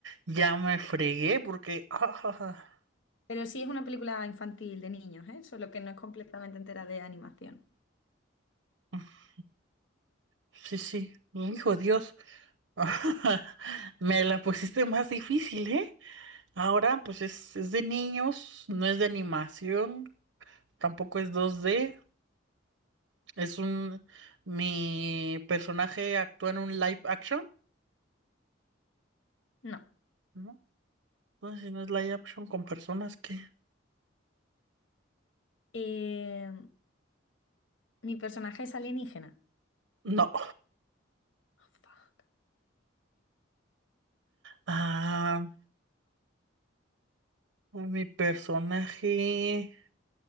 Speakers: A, on the right; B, on the left.
A: ya me fregué porque... ah, ah,
B: Pero sí es una película infantil de niños, ¿eh? Solo que no es completamente entera de animación.
A: ah. Sí, sí. Hijo Dios. <laughs> Me la pusiste más difícil, ¿eh? Ahora, pues es, es de niños, no es de animación, tampoco es dos d Es un... Mi personaje actúa en un live action,
B: No.
A: ¿no? No si no es live action con personas que...
B: Eh, mi personaje es alienígena.
A: No.
B: Oh, fuck.
A: Ah, mi personaje...